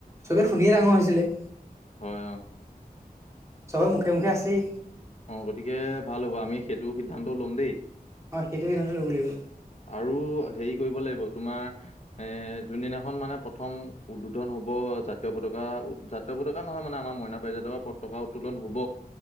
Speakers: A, on the right (about 20°); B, on the left (about 45°).
A: চবে শুনিয়ে ডাঙৰ হৈছিলে।
B: হয়, অঁ'।
A: চবে মুখে, মুখে আছেই।
B: অঁ, গতিকে ভাল হ'ব! আমি সেইটো সিদ্ধান্তও ল'ম দেই।
A: অঁ, সেইটো সিদ্ধান্তও ল'ব লাগিব।
B: আৰু হেৰি কৰিব লাগিব তোমাৰ- এঁ যোনদিনাখন মানে প্ৰথম উদ্বোধন হ'ব জাতীয় পতাকা উঠাত- তীয় পতাকা নহয় মানে আমাৰ মইনা পাৰিজাত পৰা পতকা উত্তোলন হ'ব।